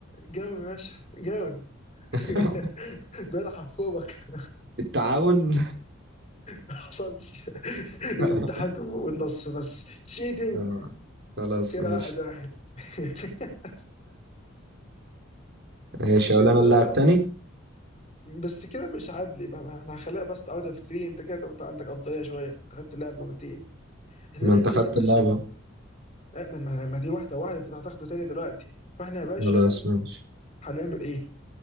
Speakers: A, on the left; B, on the right.
A: جاوب يا باشا جاوب
B: <laughs>
A: <laughs> ده حفوبك <laughs>
B: التعاون
A: ما حصلش
B: <laughs>
A: الاتحاد والنص بس تشيتنج
B: آه. خلاص
A: كده
B: ماشي
A: واحد واحد <laughs>
B: ماشي اقول
A: يلا.
B: انا اللاعب تاني
A: بس كده مش عادل بقى ما احنا هنخليها بس اوت اوف 3 انت كده انت عندك افضليه شويه انت خدت اللاعب مرتين احنا
B: ما
A: نعمل
B: انت خدت
A: ايه بقى يا باشا؟
B: اللعبة
A: لا، ما- ما ما دي واحده واحده انت هتاخده تاني دلوقتي فاحنا يا باشا
B: خلاص ماشي
A: هنعمل ايه؟